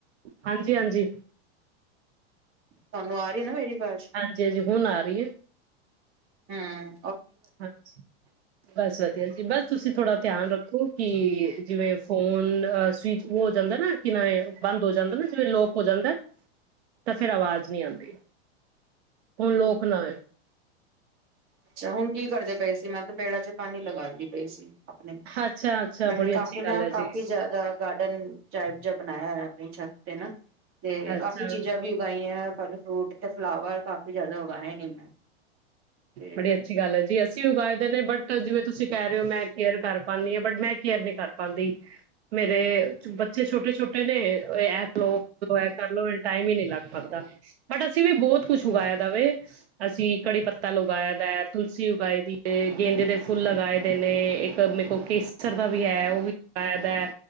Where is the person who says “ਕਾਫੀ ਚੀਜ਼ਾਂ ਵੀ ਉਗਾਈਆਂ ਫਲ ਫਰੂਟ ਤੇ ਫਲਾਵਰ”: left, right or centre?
Right